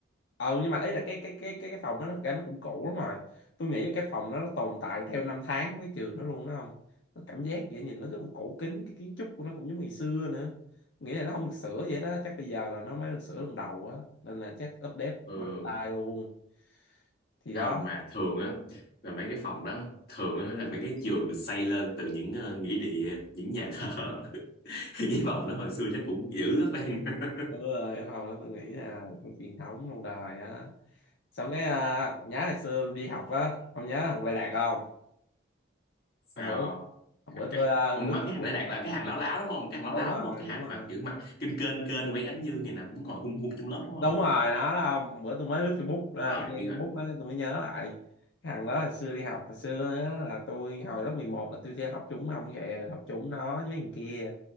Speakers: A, on the left (about 70°); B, on the left (about 50°).
A: ờ nhưng mà ý là cái cái cái cái cái phòng đó nó cái nó cũng cũ lắm rồi tôi nghĩ là cái phòng đó nó tồn tại theo năm tháng với trường nó luôn đó không nó cảm giác vậy nhìn nó rất là cổ kính cái kiến trúc của nó cũng giống ngày xưa nữa Tôi nghĩ là nó không được sửa vậy đó chắc bây giờ là nó mới được sửa lần đầu á nên là chắc update
B: Ừ,
A: mạnh tay luôn thì đó
B: không mà thường á, là mấy cái phòng đó, thường á là mấy cái giường được xây lên từ những ờ, nghĩa địa, những nhà thờ. <laughs> Cái phòng đó hồi xưa chắc cũng dữ lắm em. <laughs>
A: ừ, cái phòng đó tôi nghĩ là có truyền thống lâu đời á xong cái à, nhớ hồi xưa đi học á ông nhớ thằng Lê Đạt không
B: Sao
A: hôm bữa
B: không?
A: hôm bữa
B: Thằng cái,
A: tôi à,
B: ông
A: lướt
B: mà
A: Facebook
B: cái thằng đấy Đạt là cái hàng láo láo đúng không? Cái hàng
A: đúng
B: láo láo
A: rồi
B: đúng không? Cái
A: đúng
B: hàng
A: rồi
B: mà kiểu mà kinh kênh kênh quay ánh như ngày nào cũng ngồi hung hung trong lớp đúng
A: đúng
B: không?
A: rồi nó đó không bữa tôi mới lướt Facebook à,
B: Ờ,
A: nghe
B: em biết rồi.
A: Facebook đó tôi mới nhớ lại cái thằng đó hồi xưa đi học hồi xưa á, là tôi hồi lớp 11 là tôi chơi học chung ông kìa học chung nó với thằng kia